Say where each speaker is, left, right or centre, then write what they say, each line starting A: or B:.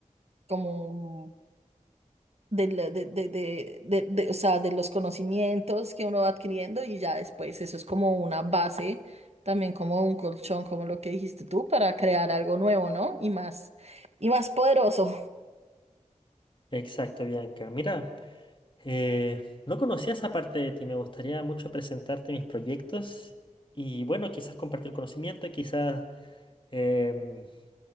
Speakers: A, on the right (about 55°); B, on the left (about 40°).
A: como de, la- de, de, de, de, de- o sea, de los conocimientos que uno va adquiriendo y ya después eso es como una base, también como un colchón, como lo que dijiste tú, para crear algo nuevo, ¿no? Y más, y más poderoso.
B: Exacto, Bianca. Mira. Eh, no conocía esa parte de ti, me gustaría mucho presentarte mis proyectos y bueno, quizás compartir conocimiento, quizás em,